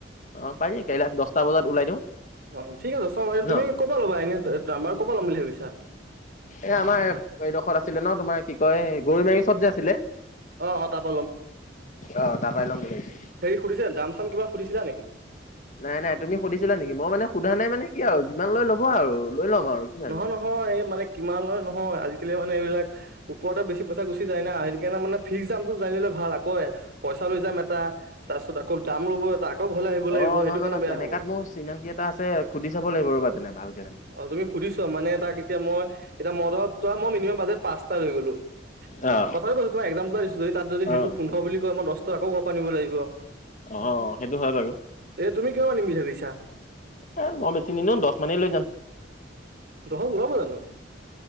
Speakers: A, on the left (about 40°); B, on the right (about 55°).
A: অ পাৰি কাইলৈ দচটা বজাত ওলাই দিওঁ।
B: অ ঠিক আছে চ ব
A: ন
B: তুমি ক'ব পৰা ল'বা এনে আমাৰ ক'ব পৰা ল'ম বুলি ভাবিছা?
A: এ আমাৰ বাৰডোখৰত আছিলে ন তোমাৰ কি কয় গৰৈ মাৰি ওচৰত যে আছিলে?
B: অ অ তাৰপ
A: আহ তাপাই লম বুলিছো।
B: সুধিছিলা দাম - চাম কিবা সুধিছিলা নেকি?
A: নাই নাই তুমি সুধিছিলা নেকি? মই মানে সোধা নাই মানে কি আৰু যিমান লৈ ল'ব আৰু লৈ ল'ম আৰু কি
B: নহয়
A: আৰু।
B: নহয়। এই মানে কিমান লয় নহয় আজিকালি মানে এইবিলাক ওপৰতে বেছি পইচা গুচি যায়াই সেই কাৰণ মানে ফিক্সামটো জানিলে ভাল আকৌ এ পইচা লৈ যাম এটা তাৰ পিছত আকৌ দাম লব এটা আকৌ ঘৰলৈ আহিব লাগিব
A: অ নহয়
B: সেইটো
A: নহয়
B: কাৰণে
A: নহয়
B: বেয়া
A: তেনেকাত
B: হ'ব।
A: মোৰ চিনাকি এটা আছে সুধি চাব লাগিব ৰ'বা তেনে ভালকে তেনে।
B: অ তুমি সুধিছ মানে তাক এতিয়া মই এতিয়া মদত মই মিনিমাম বাজেট পাঁচটা লৈ গলো।
A: অ
B: কথা কৈছো তই একজামপুলো দিছো যদি তাত যদি সেইটো
A: অ
B: পোন্ধৰ বুলি কয় মই দচ তই আকৌ ঘৰত নিব লাগিব
A: অ সেইটো হয় বাৰু
B: এতিয়া তুমি কিমান আনিম বুলি ভাবিছা?
A: এ মই বেছি নিদিওঁ দচ মানেই লৈ যাম।
B: দহল ওলাব জানো?